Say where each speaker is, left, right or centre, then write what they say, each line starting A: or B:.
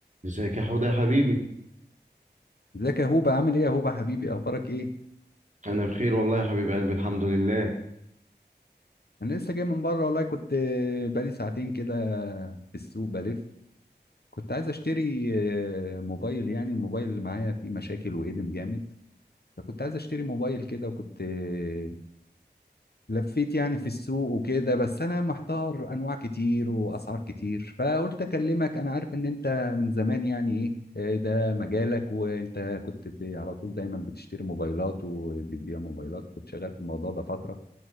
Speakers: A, on the right; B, on the left.
A: ازيك يا حوده يا حبيبي
B: ازيك يا هوبا عامل ايه يا هوبا حبيبي اخبارك ايه
A: انا بخير والله يا حبيب قلبي الحمد لله
B: انا لسه جاي من بره والله كنت بقالي ساعتين كده في السوق بلف كنت عايز اشتري آه، موبايل يعني الموبايل اللي معايا فيه مشاكل وقدم جامد فكنت عايز اشتري موبايل كده وكنت آه، لفيت يعني في السوق وكده بس انا محتار انواع كتير واسعار كتير فقلت اكلمك انا عارف ان انت من زمان يعني ايه آه، ده مجالك وانت كنت ب- على طول دايما بتشتري موبايلات وبتبيع موبايلات كنت شغال في الموضوع ده فترة